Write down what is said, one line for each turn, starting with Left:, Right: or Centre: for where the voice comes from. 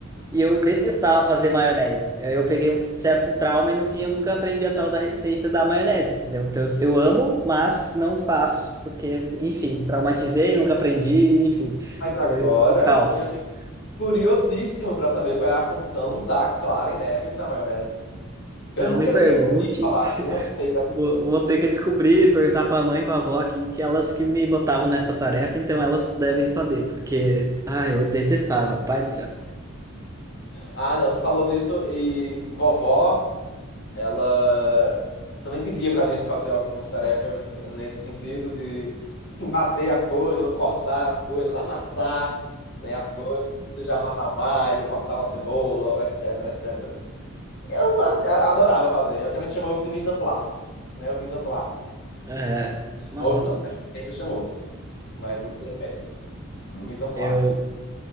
Right: e eu detestava fazer maionese. Aí Eu peguei um certo trauma e no fim eu nunca aprendi a tal da receita da maionese, entendeu? Então eu amo, mas não faço, porque, enfim, traumatizei, nunca aprendi, enfim,
Left: Mas agora
Right: foi o caos.
Left: eu fiquei curiosíssimo pra saber qual é a função da clara em neves na maionese. Eu
Right: Não
Left: nunca
Right: me pergunte.
Left: nem ouvi falar nenhuma receita assim.
Right: Vou, vou ter que descobrir, perguntar para a mãe e para a avó aqui, que elas que me botavam nessa tarefa, então elas devem saber, porque, ai, eu detestava, rapaz do céu.
Left: Ah, não, tu falou disso e vovó Ela também pedia pra gente fazer algumas tarefas nesse sentido de enfim, bater as coisas, cortar as coisas, amassar, né, as coisas, seja amassar um alho, cortar uma cebola, etc, etc. Eu a- adorava fazer, é o que a gente chamava de mise en place, né, o mise en place.
Right: É, nossa,
Left: Hoje não, né? Sempre chamou-se, mas o termo é esse, <laughs> o mise en place.
Right: eu